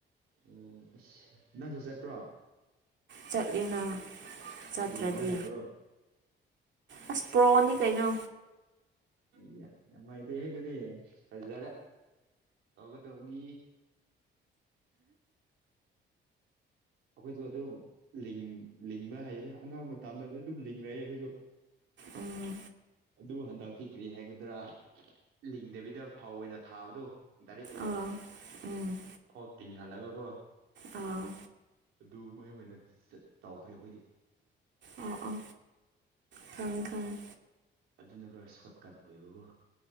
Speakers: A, on the right; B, on the right.
A: ꯑꯣ ꯑꯁ ꯅꯪꯁꯨ ꯆꯠꯄ꯭ꯔꯣ
B: ꯆꯠꯂꯤꯅ ꯆꯠꯇ꯭ꯔꯗꯤ
A: ꯂꯤꯡꯕ ꯍꯥꯏꯕ꯭ꯔꯣ
B: ꯑꯁ ꯄ꯭ꯔꯣꯅꯤ ꯀꯩꯅꯣ
A: ꯑꯌꯥ ꯌꯥꯝ ꯍꯩꯔ‌ꯦ ꯍꯦ ꯗꯨꯗꯤ ꯐꯖꯔ ꯇꯧꯒꯗꯧꯅꯤ ꯑꯩꯈꯣꯏꯖꯨ ꯑꯗꯨꯝ ꯂꯤꯡ ꯂꯤꯡꯕ ꯍꯩꯔ‌ꯦ ꯑꯉꯥꯡ ꯃꯇꯝꯗ ꯑꯗꯨꯝ ꯂꯤꯡꯒꯔ‌ꯦ ꯑꯩꯈꯣꯏꯖꯨ
B: ꯑꯥ
A: ꯑꯗꯨ ꯍꯟꯗꯛꯇꯤ ꯀꯔꯤ ꯍꯥꯏꯒꯗ꯭ꯔꯥ ꯂꯤꯡꯗꯕꯤꯗ ꯐꯧ ꯑꯣꯏꯅ ꯊꯥꯕꯗꯣ ꯗꯥꯏꯔꯦꯛ ꯑꯣꯏꯅ
B: ꯑꯥ ꯎꯝ
A: ꯐꯧ ꯇꯤꯡꯍꯜꯂꯒ ꯒꯣ
B: ꯑꯧ
A: ꯑꯗꯨ ꯃꯥꯏ ꯑꯣꯏꯅ ꯆꯠ ꯇꯧꯈ꯭ꯔꯦ ꯑꯩꯈꯣꯏꯗꯤ
B: ꯑ‌ꯣ ꯑ‌ꯣ ꯈꯪꯉ‌ꯦ ꯈꯪꯉꯦ
A: ꯑꯗꯨꯅ ꯈꯔ ꯁꯣꯔꯠ ꯀꯠ ꯑꯣꯏꯕꯒꯣ